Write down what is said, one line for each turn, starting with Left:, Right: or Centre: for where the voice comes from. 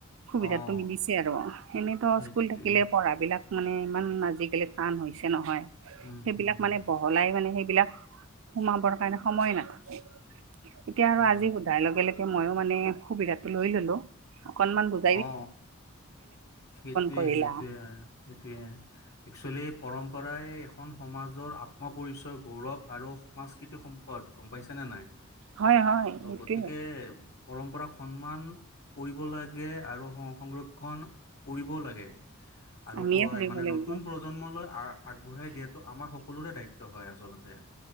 Right: সুবিধাতো
Left: অঁ
Right: মিলিছে আৰু এনেইতো
Left: সেইটোৱে
Right: স্কুল থাকিলে পঢ়া বিলাক মানে ইমান আজি কালি টান হৈছে নহয়
Left: উম
Right: সেইবিলাক
Left: হম
Right: মানে বৰ বহলাই মানে সেইবিলাক সোমাবৰ কাৰণে সময় নাথাকে এতিয়া আৰু
Left: উম
Right: আজি সোধাৰ লগে লগে মইও মানে সুবিধাটো লৈ ললো অকনমান ব
Left: অ অ সেইটোৱে
Right: কৰিলা
Left: সেইটোৱে অ সেইটোৱে একচুৱেলি পৰম্পৰাই এখন সমাজৰ আত্মপৰিচয়, গৌৰৱ আৰু সাংস্কৃতিক সম্পদ গম পাইছা নে নাই
Right: হয় হয়
Left: ত'
Right: সেইটোয়ে
Left: গতিকে পৰম্পৰাক সন্মান কৰিবলে লাগে আৰু সংৰক্ষণ কৰিব লাগে আৰু
Right: আমিয়ে কৰিব
Left: মানে
Right: লাগিব
Left: নতুন প্ৰজন্মলৈ আ আগবঢ়াই দিয়াটো আমাৰ সকলোৰে দায়িত্ব হয় আচলতে।